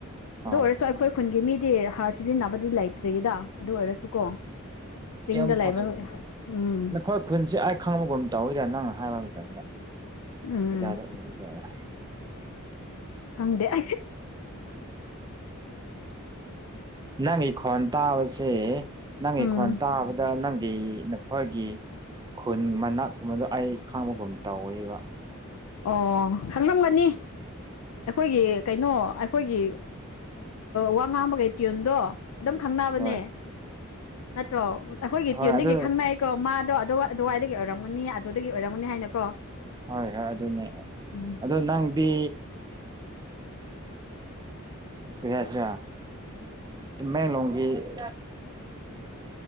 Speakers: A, on the right; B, on the left.
A: ꯍꯣꯏ
B: ꯑꯗꯨ ꯑꯣꯏꯔꯁꯨ ꯑꯩꯈꯣꯏ ꯈꯨꯟꯒꯤ ꯃꯤꯗꯤ ꯍꯥꯔ ꯁꯤꯖꯤꯟꯅꯕꯗꯤ ꯂꯩꯇ꯭ꯔꯤꯗ ꯑꯗꯨ ꯑꯣꯏꯔꯁꯨ ꯀꯣ ꯆꯤꯡꯗ
A: ꯌꯥꯝ
B: ꯂꯩꯥꯕ
A: ꯐ
B: ꯎꯝ
A: ꯅꯈꯣꯏ ꯈꯨꯟꯁꯦ ꯑꯩ ꯈꯪꯕꯒꯨꯝ ꯇꯧꯋꯤꯗ ꯅꯪꯅ ꯍꯥꯏꯕ ꯃꯇꯝꯗ
B: ꯎꯝ
A: ꯀꯗꯥꯏꯗ ꯑꯣꯏꯕꯖꯥꯠꯔ
B: ꯈꯪꯗꯦ <unintelligible>
A: ꯅꯪꯒꯤ ꯈꯣꯟ ꯇꯥꯕꯁꯦ ꯅꯪꯒꯤ
B: ꯎꯝ
A: ꯈꯣꯟ ꯇꯥꯕꯗ ꯅꯪꯒꯤ ꯑꯩꯈꯣꯏꯒꯤ ꯈꯨꯟ ꯃꯅꯥꯛꯀꯨꯝꯕꯗꯣ ꯑꯩ ꯈꯥꯡꯕꯒꯨꯝ ꯇꯧꯔꯤꯕ
B: ꯑꯣ ꯈꯪꯂꯝꯒꯅꯤ ꯑꯩꯈꯣꯏꯒꯤ ꯀꯩꯅꯣ ꯑꯩꯈꯣꯏꯒꯤ ꯋꯥ ꯉꯥꯡꯕꯒꯤ ꯇ꯭ꯌꯨꯟꯗꯣ ꯑꯗꯨꯝ ꯈꯪꯅꯕꯅꯦ
A: ꯍꯣꯏ
B: ꯅꯠꯇ꯭ꯔꯣ ꯑꯩꯈꯣꯏꯒꯤ
A: ꯍꯣꯏ
B: ꯇ꯭ꯌꯟꯗꯒꯤ
A: ꯑꯗꯨ
B: ꯈꯪꯅꯩ ꯀꯣ ꯃꯥꯗꯣ ꯑꯗꯨ ꯑꯗꯨꯋꯥꯏꯗꯒꯤ ꯑꯣꯏꯔꯝꯒꯅꯤ ꯑꯗꯨꯗꯒꯤ ꯑꯣꯏꯔꯝꯒꯅꯤ ꯍꯥꯏꯅꯀꯣ
A: ꯍꯣꯏ ꯍꯣꯏ ꯑꯗꯨꯅꯦ
B: ꯎꯝ
A: ꯑꯗꯣ ꯅꯪꯗꯤ ꯀꯩ ꯍꯥꯏꯁꯤꯔ ꯇꯥꯃꯦꯂꯣꯡꯒꯤ <unintelligible>